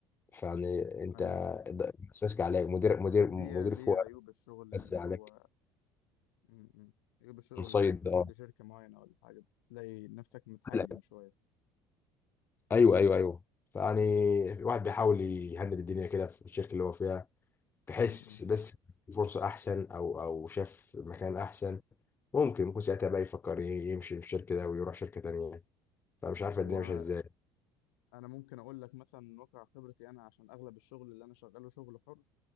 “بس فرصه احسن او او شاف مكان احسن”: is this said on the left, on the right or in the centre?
Left